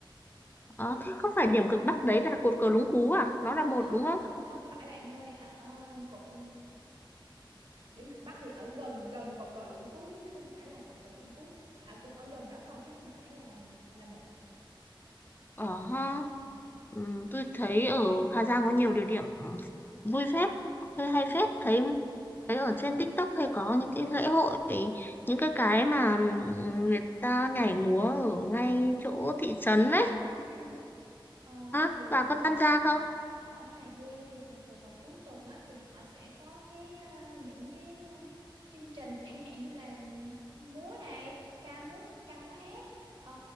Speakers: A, on the left; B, on the right.
A: Ờ, thế không phải
B: Ừ.
A: điểm cực Bắc đấy là cột cờ Lũng Cú à? Nó
B: Không,
A: là một
B: không,
A: đúng không?
B: không, không phải bạn ơi, ở cột điểm cực Bắc thì ở gần gần cột cờ Lũng Cú chứ không phải là cột cờ Lũng Cú. À, cũng ở gần đó thôi chứ không phải là là một.
A: Ờ ha,
B: Ừ.
A: Ừm, tôi thấy ở Hà Giang có nhiều địa điểm vui phết, chơi
B: Ừ. Ừ.
A: hay phết, thấy thấy ở trên TikTok hay có những cái lễ hội những cái cái mà ừm, người ta nhảy múa ở ngay chỗ thị trấn đấy
B: Ừ. Ờ,
A: á
B: thì
A: bà có tham gia không
B: ở Hà Giang thì thường thường vào cuối tuần á, thì họ sẽ có cái ờ, những cái ờ, chương trình chẳng hạn như là múa này ca múa ca múa hát Ờ,